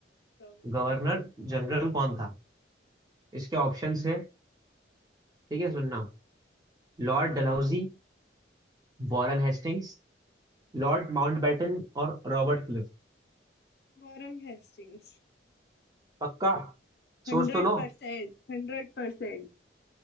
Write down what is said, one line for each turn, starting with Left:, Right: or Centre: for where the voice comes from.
Left: governor
Right: गवर्नर जनरल कौन था इसके ऑप्शंस है ठीक है सुनना Lord Dalhousie Warren Hastings Lord Mountbatten और रॉबर्ट क्लिफ
Left: Warren Hastings
Right: पक्का
Left: Hundred
Right: सोच तो लो
Left: percent hundred percent